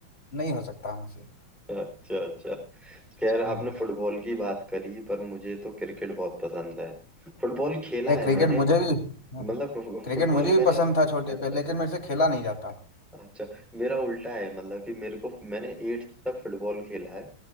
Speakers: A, on the left; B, in the centre.
A: नहीं हो सकता हमसे
B: अच्छा अच्छा खैर आपने
A: हम्म।
B: फुटबॉल की बात करी पर मुझे तो क्रिकेट बहुत पसंद है फुटबॉल खेला
A: अरे
B: है
A: क्रिकेट
B: मैंने
A: मुझे भी
B: मतलब फु-
A: क्रिकेट
B: फुटबॉल
A: मुझे भी
B: मैंने
A: पसंद था छोटे
B: अच्छा
A: पे
B: अच्छा
A: लेकिन मेरे से खेला नहीं जाता
B: अच्छा मेरा उल्टा है मतलब कि मेरे को मैंने एट्थ तक फुटबॉल खेला है